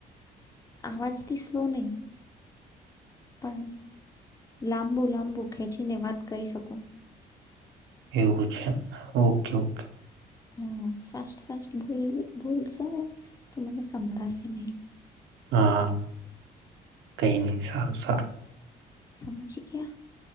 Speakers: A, on the left (about 20°); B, on the right (about 75°).
A: આવાજથી સ્લો નહી. પણ લાંબુ લાંબુ ખેંચીને વાત કરી શકો.
B: એવું છે ઓકે ઓકે!
A: હં ફાસ્ટ ફાસ્ટ બોલશો ને, તો મને સંભળાશે નહી.
B: હા <unintelligible> કઈ નહ સારું સારું
A: સમજી ગયા?